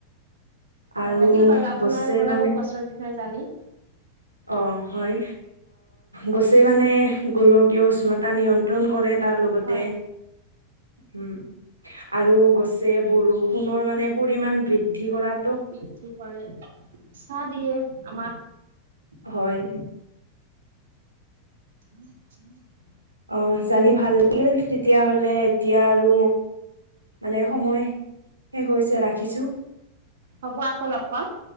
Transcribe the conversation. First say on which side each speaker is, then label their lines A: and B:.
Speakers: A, on the right; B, on the right.
A: ভাল
B: আৰু
A: লাগিল বাৰু আপোনাৰ
B: গছে
A: পৰাও
B: মানে
A: গছৰ বিষয়ে জানি
B: অ হয় গছে মানে গোলকীয় উষ্ণতা নিমন্ত্ৰণ কৰে তাৰ লগতে
A: হয়
B: উম আৰু গছে বৰষুণৰ মানে পৰিমান বৃদ্ধি কৰাত
A: বৃদ্ধি কৰে ছাঁ দিয়ে আমাক
B: হয়
A: <unintelligible>
B: অ জানি ভাল লাগিল তেতিয়াহলে এতিয়া আৰু মানে সময় শেষ হৈছে ৰাখিছোঁ।
A: হ'ব আকৌ লগ পাম